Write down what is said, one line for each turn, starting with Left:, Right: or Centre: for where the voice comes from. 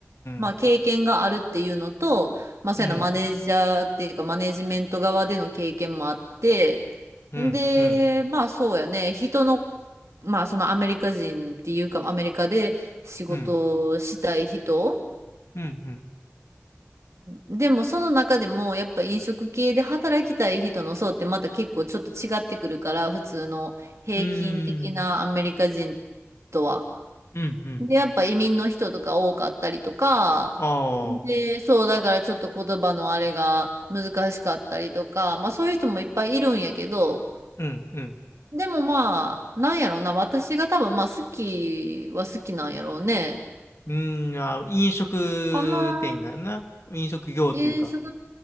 Right: まあ、
Left: ん。
Right: 経験があるっていうのと、まあ、そういうのマネージャーっていうか、
Left: うん。
Right: マネジメント側での経験もあって、
Left: うん。
Right: で、
Left: うん。
Right: まあ、そうやね、人の、まあ、そのアメリカ人っていうか、アメリカで仕事をしたい人、
Left: うん。うん。うん。
Right: でも、その中でも、やっぱ飲食系で働きたい人の層ってまた結構ちょっと違ってくるから、普通の平均的なアメリカ人
Left: うーん。
Right: とは。
Left: うん。うん。
Right: で、やっぱ移民の人とか多かったりとか、
Left: ああ。
Right: で、そう、だからちょっと言葉のあれが難しかったりとか、まあそういう人もいっぱいいるんやけど、
Left: うん。うん。
Right: でもまあ、なんやろな、私が多分まあ好きは好きなんやろうね。
Left: うーん、あー、飲食店がな、
Right: かな、
Left: 飲食業っていうか。
Right: 飲食、